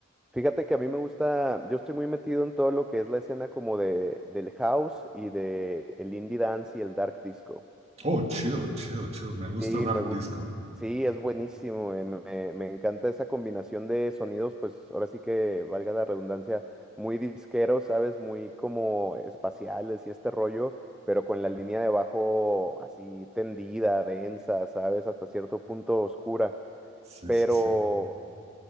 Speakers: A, in the centre; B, on the right (about 30°).
A: Fíjate que a mí me gusta, yo estoy muy metido en todo lo que es la escena como de, del house y de el indie dance y el dark disco.
B: Oh, chido, chido, chido. Me gusta
A: Sí,
B: dar
A: me gusta.
B: disco.
A: Sí, es buenísimo. eh, Me, me encanta esa combinación de sonidos, pues ahora sí que valga la redundancia, muy disqueros, ¿sabes? Muy como espaciales y este rollo, pero con la línea de bajo así tendida, densa, ¿sabes? Hasta cierto punto oscura.
B: Sí,
A: Pero
B: sí, sí.